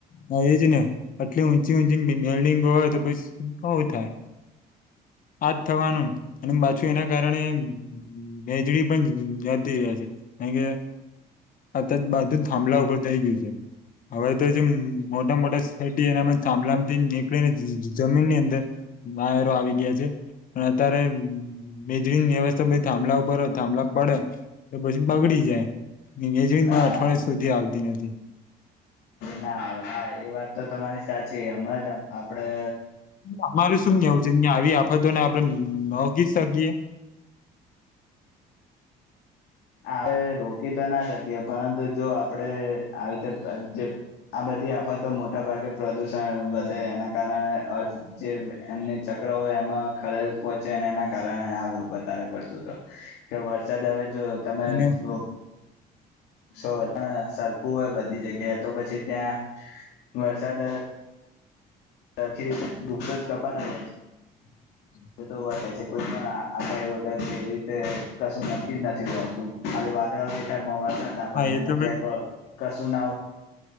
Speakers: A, on the left; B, on the left.
A: હા એજ ને આટલી ઊંચી ઊંચી ડિંગ હોય તો બું થાય. હું <inaudible> આજ થવાનું અને પાછું એના કારણે વેજડી પણ જતી રહ્યા છે. કારણ કે આ જ બાધું થાંભલા ઉપર થઈ ગયું છે, હવે તો જેમ મોટા- મોટા શેરી એનામાં થાંભલામાંથી નીકળીને જમીન ની અંદર બાયરો આવી ગયા છે. પણ અત્યારે મેજરી વ્યવસ્થા થાંભલા ઉપર હોય થાંભલા પડે તો પછી બગડી <unintelligible> જ અઠવાડિયે
B: હા
A: સુધી આવતી નથી.
B: ના આવે હા એ વાત તો તમારી સાચી. હમણાં જ આપડે
A: અમારું શું કેવું છે. ની આવી આફતોને આપણે નહોકી શકીએ
B: આપણે રોકી તો ના શકીએ પરંતુ જો આપડે આવી રીતે જે આ બધી આફ તો મોટા ભાગે પ્રદુષણ વધે એના કારણે અર્થ જે એમને ચક્ર એમાં ખરેલ પહોંચે ને એના કારણે વધારે પડતું તો કે વરસાદ હવે જો <unintelligible>
A: અને
B: સો <unintelligible> સરખું હોય બધી જગ્યાએ તો પછી ત્યાં વરસાદ તખી દુઃખ જ કપા ન જાય છે.
A: હ
B: તોય છે કોઈ પણ આગાહી વગર કેવી રીતે કશું નક્કી જ નથી હોતું વાતાવરણ દે વરસાદ ના પડે
A: હા એ
B: અને
A: તો
B: ક્યાંક
A: વાત
B: કશું ના હો